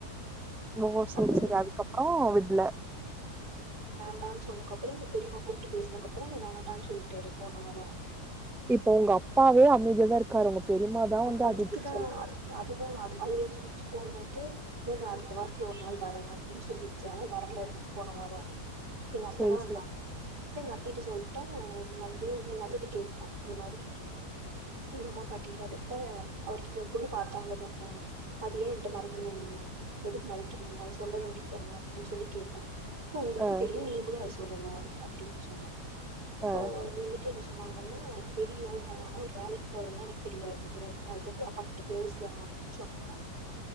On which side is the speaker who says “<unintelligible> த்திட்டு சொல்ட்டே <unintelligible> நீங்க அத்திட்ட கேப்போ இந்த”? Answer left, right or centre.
Right